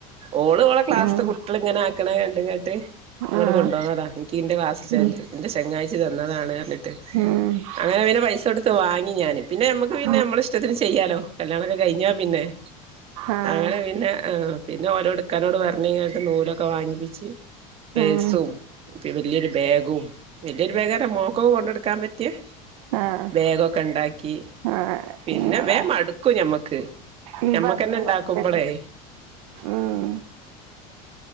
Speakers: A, on the right (about 35°); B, on the right (about 80°).
A: ഓള് ഓളെ ക്ലാസ്
B: ആഹ്
A: ക്കള്ങ്ങനാക്കണ കണ്ടും കണ്ട് ങ്ങട്
B: ആഹ്
A: കൊണ്ടോന്നതാ. എക്ക് ഇന്റെ ക്ലാസിത്തെ
B: ഉം
A: എന്റെ ചങ്ങാഴ്ച്ചി തന്നതാണ് അറഞ്ഞിട്ട്
B: ഉം
A: അങ്ങനെ പിന്നെ പൈസ കൊടുത്തു വാങ്ങി. ഞാന് പിന്നെ ഞമ്മക്ക് പിന്നെ
B: ഉം
A: നമ്മളിഷ്ടത്തിന് ചെയ്യാലോ. കല്യാണൊക്കെ കഴിഞ്ഞാ പിന്നെ
B: ആഹ്
A: അങ്ങനെ പിന്നെ പിന്നെ ഓലോട് ഇക്കാനോട് പറഞ്ഞ് ങ്ങനത്തെ നൂലൊക്കെ വാങ്ങിപ്പിച്ച്. പേഴ്സും,
B: ഉം
A: വല്യൊരു ബേഗും, വല്യരുബേഗാൻ്റെ മോക്കൊ കൊണ്ടടക്കാൻ പറ്റിയെ
B: ആഹ്
A: ബേഗൊക്കെണ്ടാക്കി.
B: ആഹ്
A: പിന്നെ
B: ഇങ്ങളാ
A: വേം മടുക്കും ഞമ്മക്ക്
B: ഇയ്യ്
A: ഞമ്മക്കെന്നെ
B: പറഞ്ഞ
A: ഉണ്ടാക്കുമ്പോളേ
B: പോലെ തന്നെ ഉം